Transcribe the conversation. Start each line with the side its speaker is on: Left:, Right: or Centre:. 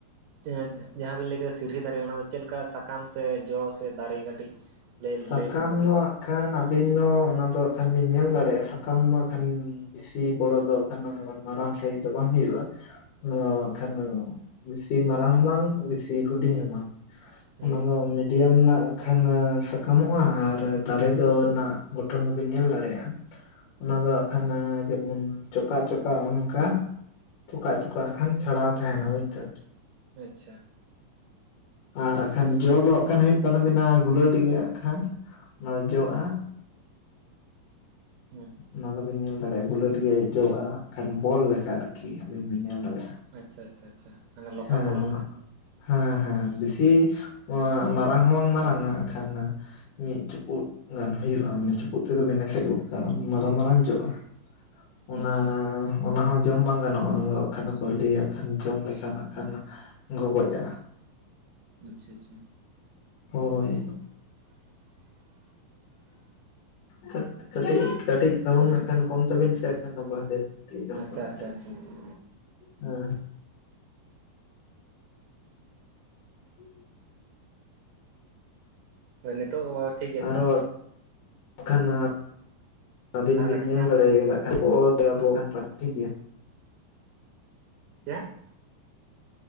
Right: ᱛᱮ <unintelligible> ᱡᱟᱦᱟᱸ ᱵᱤᱱ ᱞᱟᱹᱭ ᱠᱮᱫᱟ ᱥᱤᱨᱦᱤ ᱫᱟᱨᱮ ᱚᱱᱟ ᱫᱚ ᱪᱮᱫ ᱞᱮᱠᱟ ᱥᱟᱠᱟᱢ ᱥᱮ, ᱡᱚ ᱥᱮ ᱫᱟᱨᱮ ᱠᱟᱹᱴᱤᱡ
Left: <unintelligible>
Right: ᱞᱟᱹᱭ
Left: ᱥᱟᱠᱟᱢ
Right: ᱞᱟᱹᱭ ᱞᱮᱠᱷᱟᱱ ᱠᱟᱹᱴᱤᱡ
Left: ᱫᱚ ᱣᱟᱸᱜ ᱠᱷᱟᱱ ᱟᱹᱵᱤᱱ ᱫᱚ ᱚᱱᱟ ᱫᱚ ᱮᱠᱷᱟᱱ ᱵᱤᱱ ᱧᱮᱞ ᱫᱟᱲᱮᱭᱟᱜ-ᱟ, ᱥᱟᱠᱟᱢ ᱫᱚ ᱤᱠᱷᱟᱹᱱ ᱵᱤᱥᱤ ᱵᱚᱲᱚ ᱫᱚ ᱮᱠᱷᱟᱱᱟᱼᱟᱸ ᱢᱟᱨᱟᱝ ᱥᱟᱹᱭᱤᱰ ᱫᱚ ᱵᱟᱝ ᱦᱩᱭᱩᱜᱼᱟ, ᱱᱚᱣᱟ ᱮᱠᱷᱟᱱᱚ ᱵᱤᱥᱤ ᱢᱟᱨᱟᱝ ᱦᱚᱸ ᱵᱟᱝ ᱵᱤᱥᱤ ᱦᱩᱰᱤᱝ ᱦᱚᱸ ᱵᱟᱝ,
Right: ᱦᱩᱸ
Left: ᱚᱱᱟ ᱫᱚ ᱢᱤᱰᱤᱭᱟᱢ ᱢᱮᱱᱟᱜ ᱠᱷᱟᱱ ᱥᱟ- ᱠᱟᱢᱼᱚᱜᱼᱟ ᱟᱨ ᱫᱟᱨᱮ ᱫᱚ ᱨᱮᱱᱟᱜ ᱵᱚᱴᱚᱱ ᱫᱚᱵᱤᱱ ᱧᱮᱞ ᱫᱟᱲᱮᱭᱟᱜ-ᱟ, ᱚᱱᱟ ᱫᱚ ᱮᱠᱷᱟᱱ ᱟᱸ ᱡᱮᱢᱚᱱ ᱪᱚᱠᱟᱜ ᱪᱚᱠᱟᱜ ᱚᱱᱼᱚᱸᱠᱟ ᱪᱚᱠᱟᱜ ᱪᱚᱠᱟᱜ ᱠᱷᱟᱱ ᱪᱷᱟᱲᱟᱣ ᱛᱟᱦᱮᱸᱱᱟ ᱵᱩᱡᱽ ᱮᱫᱟ ᱵᱤᱱ,
Right: ᱟᱪᱪᱷᱟ,
Left: ᱟᱨ ᱮᱸᱠᱷᱟᱱ ᱡᱚ ᱫᱚ ᱮᱸᱠᱷᱟᱱ ᱦᱩᱭᱩᱜ ᱠᱟᱱ ᱛᱟᱹᱵᱤᱱᱟ ᱜᱩᱞᱟᱹᱴ ᱜᱮᱭᱟ ᱮᱸᱠᱷᱟᱱ ᱚᱱᱟ ᱫᱚ ᱡᱚᱜ-ᱟ,
Right: ᱦᱩᱸ
Left: ᱚᱱᱟ ᱫᱚᱵᱤᱱ ᱧᱮᱞ ᱫᱟᱲᱮᱼᱟ ᱜᱩᱞᱟᱹᱴ ᱜᱮ ᱡᱚᱜᱼᱟ ᱟᱨ ᱵᱚᱞ ᱞᱮᱠᱟ ᱟᱨᱠᱤ ᱟᱹᱵᱤᱱ ᱵᱤᱱ ᱧᱮᱞ ᱫᱟᱲᱮᱜᱼᱟ᱾
Right: ᱟᱪᱪᱷᱟ ᱟᱪᱪᱷᱟ ᱟᱪᱪᱷᱟ, ᱢᱟᱱᱮ ᱞᱚᱠᱟᱯᱚᱞ
Left: ᱦᱮᱸ
Right: ᱞᱮᱠᱟ
Left: ᱚᱱᱟ ᱫᱚ, ᱦᱮᱸ ᱦᱮᱸ ᱵᱮᱥᱤ ᱱᱚᱶᱟ ᱢᱟᱨᱟᱝ ᱦᱚᱸ ᱵᱟᱝ ᱢᱟᱨᱟᱝᱼᱟ ᱮᱸᱠᱷᱟᱱ ᱢᱤᱫ ᱪᱩᱯᱩᱫ ᱜᱟᱱ ᱦᱩᱭᱩᱜ-ᱟ ᱢᱟᱱᱮ ᱪᱩᱯᱩᱫ ᱛᱮᱫᱚ ᱵᱮᱱ ᱮᱥᱮᱫ ᱜᱚᱫ ᱠᱟᱜ-ᱟ ᱩᱱ ᱢᱟᱨᱟᱝ ᱢᱟᱨᱟᱝ ᱡᱚᱜ-ᱟ᱾ <unintelligible> ᱚᱱᱟᱻᱦᱚᱸ
Right: ᱟᱪᱪᱷᱟ
Left: ᱚᱱᱟ ᱦᱚᱸ ᱡᱚᱢ ᱵᱟᱝ ᱜᱟᱱᱚᱜ-ᱟ, ᱚᱱᱟ ᱫᱚ ᱮᱸᱠᱷᱟᱱ ᱠᱚ ᱞᱟᱹᱭᱟ ᱠᱷᱟᱱ ᱡᱚᱢ ᱞᱮᱠᱷᱟᱱ ᱦᱟᱸᱜ ᱠᱷᱟᱱ ᱜᱚᱜᱚᱡ-ᱟ᱾
Right: ᱟᱪᱪᱷᱟ ᱟᱪᱪᱷᱟ,
Left: ᱦᱳ ᱦᱚᱭ᱾ ᱠᱟᱹᱫ ᱠᱟᱹᱴᱤᱡ ᱠᱟᱹᱴᱤᱡ ᱛᱮᱦᱚᱸ ᱩᱱᱟᱹᱜ ᱠᱷᱟᱱ ᱠᱚᱢ ᱛᱟᱹᱵᱤᱱ ᱥᱮ ᱵᱟᱦᱨᱮ ᱨᱮᱱᱟᱜ ᱛᱤ ᱡᱚᱢ
Right: ᱟᱪᱪᱷᱟ
Left: ᱠᱚᱱ ᱦᱟᱺᱰᱤᱜ,
Right: ᱟᱪᱪᱷᱟ ᱟᱪᱪᱷᱟ ᱟᱪᱪᱷᱟ
Left: ᱦᱮᱸ <unintelligible>
Right: ᱮᱜ ᱱᱤᱛᱚᱜ ᱚ ᱟᱹᱰᱤᱼᱼ
Left: ᱟᱨᱚ ᱠᱷᱟᱱ ᱱᱟᱜ ᱟᱹᱵᱤᱱ
Right: ᱟᱨ
Left: ᱵᱤᱱ
Right: ᱠᱟᱹᱴᱤᱡ
Left: ᱧᱮᱞ
Right: ᱜᱟᱱ
Left: ᱫᱟᱲᱮ ᱟᱠᱟᱫᱟ ᱠᱷᱟᱱ ᱚᱛᱼᱼ ᱟᱵᱚ <inaudible> ᱴᱷᱤᱠ ᱜᱮᱭᱟ
Right: ᱪᱮᱫ